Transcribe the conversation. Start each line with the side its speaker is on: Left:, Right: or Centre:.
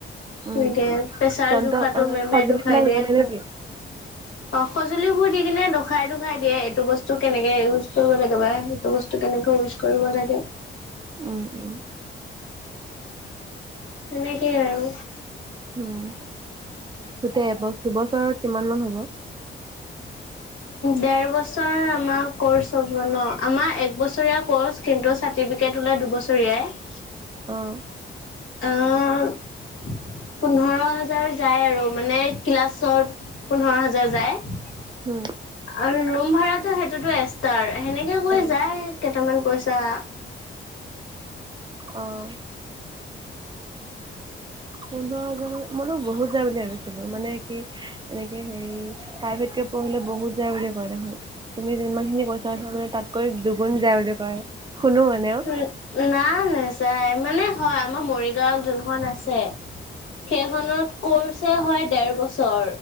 Right: উম,
Left: এনেকে। পেছাৰ
Right: যন্ত্ৰ
Left: জোখাতো
Right: অ'
Left: মেমে
Right: সঁজুলিবিলাক
Left: দুখায়
Right: লৈ
Left: দিয়ে।
Right: আহে নেকি?
Left: অ, সজুলিবোৰ দি কিনে খাইতো - খাই দিয়ে এইটো বস্তু কেনেকে ইউজ কৰিব লাগে বা এইটো বস্তু কেনেকে ইউজ কৰিব লাগে।
Right: উম - উম।
Left: তেনেকেই আৰু।
Right: উম, গোটেই এবছ দুবছৰত কিমান মান হব। <inaudible>
Left: দেৰ বছৰ আমাৰ কৰ্চ হ'ব ন। আমাৰ এক বছৰীয়া কৰ্চ কিন্তু চাৰ্টিফিকেট দুবছৰীয়াই
Right: আহঁ।
Left: অহ পোন্ধৰ হাজাৰ যায় আৰু। মানে ক্লাছত পোন্ধৰ হাজাৰ যায়।
Right: উম,
Left: আৰু ৰুম ভড়াতটো সেইটোতো এষ্টাৰ। সেনেকে কৈ
Right: অ'
Left: যায় কেইটামান পইচা
Right: অহ পোন্ধৰ হাজাৰ মইতো বহুত যায় বুলি ভাবিছিলোঁ মানে এনেকে হেৰি প্ৰাইভেটকে পঢ়িলে বহুত যায় বুলি কয় দেখোন। তুমি যিমান খিনি কৈছা ত মানে তাতকৈ দুগুণ যায় বুলি কয়। শুনো মানে
Left: উম নাই নাযায়, মানে হয় আমাৰ মৰিগাঁওত কোনখন আছে, সেইখনত কৰ্চ হয় দেৰ বছৰ